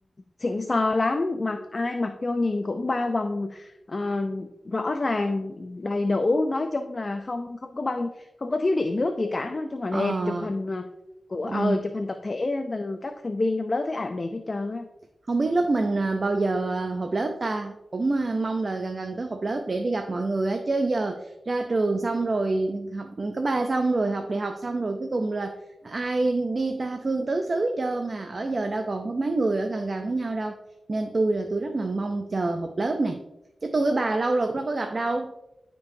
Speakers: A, on the left (about 40°); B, on the right (about 50°).
A: xịn sò lắm mặc ai mặc vô nhìn cũng ba vòng ờ, rõ ràng đầy đủ nói chung là không không có bao không có thiếu điện nước gì cả nói chung là
B: <laughs> ờ
A: đẹp chụp hình ờ, của ờ
B: ừ
A: chụp hình tập thể từ các thành viên trong lớp thấy ảnh đẹp hết trơn á
B: Không biết lớp mình à, bao giờ à, họp lớp ta cũng à, mong là gần gần tới họp lớp để đi gặp mọi người á chứ giờ ra trường xong rồi học cấp ba xong rồi học đại học xong rồi cuối cùng là ai đi ta phương tứ xứ hết trơn à ở giờ đâu còn có mấy người ở gần gần với nhau đâu nên tôi là tôi rất là mong chờ họp lớp nè chứ tôi với bà lâu rồi cũng đâu có gặp đâu